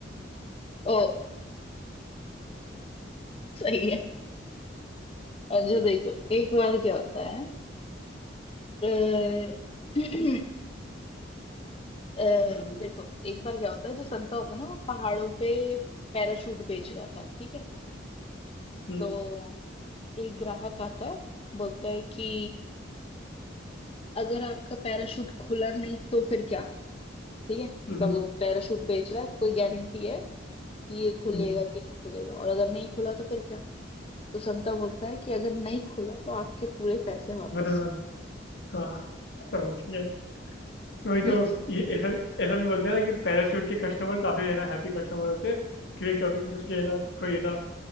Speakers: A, on the left; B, on the left.
A: ओ सही है अच्छा देखो एक बार क्या होता है अ, <clears throat> अ,
B: हम्म
A: देखो एक बार क्या होता है जो संता होता है ना वो पहाड़ों पे पैराशूट बेच रहा था ठीक है
B: हम्म
A: तो एक ग्राहक आता है बोलता है कि अगर आपका पैराशूट खुला नहीं तो फिर क्या ठीक है
B: हम्म
A: मतलब वो पैराशूट बेच रहा है तो कोई गारंटी है कि ये खुलेगा
B: हम्म
A: कि नहीं खुलेगा और अगर नहीं खुला तो फिर क्या तो संता बोलता है कि अगर नहीं खुला तो आपके पूरे पैसे वापस
B: बदल हाँ समझ गया
A: <laughs>
B: वही तो
A: विच
B: ये ऐसा ऐसा भी बोलते हैं ना कि पैराशूट के कस्टमर काफी है ना हैप्पी कस्टमर होते हैं कि कभी भी उसके है ना कोई है ना